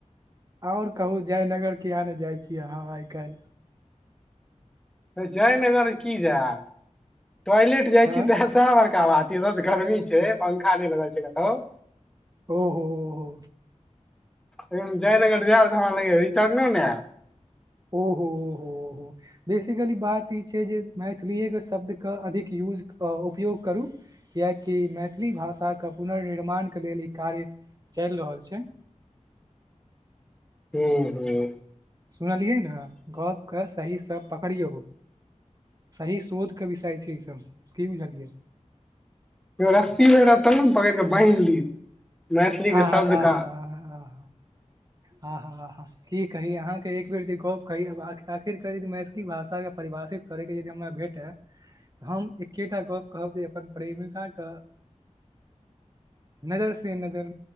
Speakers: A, on the right (about 30°); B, in the centre.
A: और कहू जयनगर किए नहि जाइ छी अहाँ आइ काल्हि।
B: जयनगर की जायब, टॉयलेट जाइ
A: तहन
B: छी त सैह बड़का बात। गर्मी छै पंखा नहि लगल छै कतहु।
A: ओहो हो हो।
B: हम जयनगर जायब लगैये तखैनल रिटर्नो नै है।
A: ओहो हो हो हो। बेसिकली बात ई छै जे मैथिलीएके शब्दके अधिक यूज उपयोग करू। किएकि मैथिली भाषाके पुनर्निर्माणके लेल ई कार्य चलि रहल छै।
B: हुं हुं।
A: सुनलियै ने, गप के सहीसे पकड़ियौ। सही शोधके विषय छै इसभ, की बुझलियै?
B: रस्सी रहत तब ने, पकड़ कऽ बान्हि ली। मैथिली
A: आ
B: के शब्द
A: ह आ
B: का
A: ह। ह आहा! आहा! की कही, अहाँके एक बेर जे गप कही, आखिर करी मै मैथिली भाषाके परिभाषित करैके यदि हमरा भेटय? तऽ हम एकेटा गप कहब, जे अपन प्रेमिकाक! नजर से नजर। कि कहै छै,